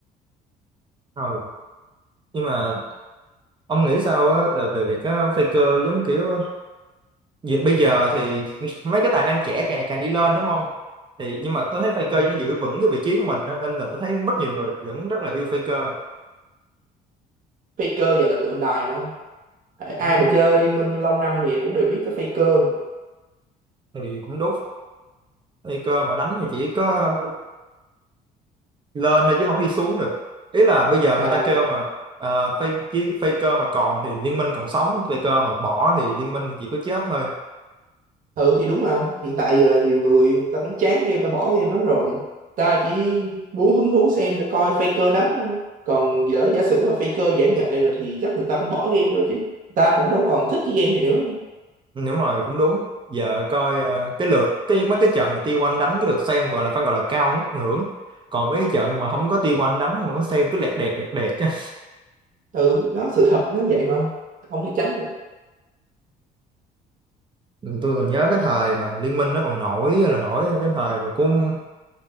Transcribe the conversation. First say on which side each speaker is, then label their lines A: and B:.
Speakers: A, on the right; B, on the right.
A: ừ. nhưng mà ông nghĩ sao á là về việc á, Faker giống kiểu Vì bây giờ thì <laughs> mấy cái tài năng trẻ càng càng đi lên đúng không? Thì nhưng mà tôi thấy Faker vẫn giữ vững cái vị trí của mình á, nên là tôi thấy rất nhiều người vẫn rất là yêu Faker
B: Faker giờ là tượng đài mà không Tại ai
A: cũng
B: mà chơi Liên Minh lâu năm thì cũng đều biết tới Faker mà
A: thì cũng đúng Faker mà đánh thì chỉ có lên thôi chứ không đi xuống được ý là bây giờ
B: mà
A: người ta kêu mà uh, Faker mà còn thì liên minh còn sống Faker mà bỏ thì liên minh thì chỉ có chết thôi
B: thử thì đúng không hiện tại giờ nhiều người người ta cũng chán game ta bỏ game lắm rồi ta chỉ muốn hứng thú xem để coi Faker đánh thôi còn giờ giả sử mà Faker giải nghệ rồi thì chắc người ta cũng bỏ game thôi chứ ta cũng đâu còn thích cái game này nữa
A: Ừ, đúng rồi cũng đúng giờ coi ờ, cái lượt cái mấy cái trận mà T1 đánh cái lượt xem gọi là phải gọi là cao ngất ngưỡng còn mấy cái trận mà không có T1 đánh không có xem cứ lẹt đẹt lẹt đẹt á
B: ừ nó sự thật nó vậy mà không thể tránh được
A: Ừ, tôi còn nhớ cái thời mà Liên minh nó còn nổi là nổi cái thời mà cũng